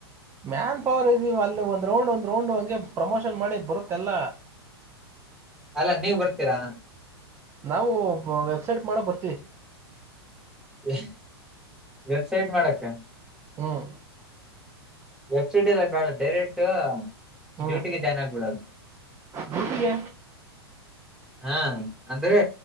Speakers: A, on the right; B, in the centre.
A: ಮ್ಯಾನ್ ಪವರ್ ಇದೀವಿ ಅಲ್ಲಿ ಒಂದ್ ರೌಂಡ್ ಒಂದ್ ರೌಂಡ್ ಹಂಗೆ ಪ್ರಮೋಷನ್ ಮಾಡಿ ಬರುತ್ತಲ್ಲ
B: ಅಲ್ಲ ನೀವ ಬರ್ತೀರಾ
A: ನಾವು ವೆಬ್ಸೈಟ್ ಮಾಡ ಬರ್ತಿೀವಿ
B: ವೆ ವೆಬ್ಸೈಟ್ ಮಾಡಕ್ಕ
A: ಹ್ಮ್
B: ವೆಬ್ಸೈಟ್ ಎಲ್ಲ ಬೇಡ ಡೈರೆಕ್ಟ್
A: ಹ್ಮ್
B: ಡ್ಯೂಟಿಗೆ ಜಾಯ್ನ್ ಆಗ್ಬಿಡೋದು
A: ಡ್ಯೂಟಿಗೆ
B: ಹಾ ಅಂದ್ರೆ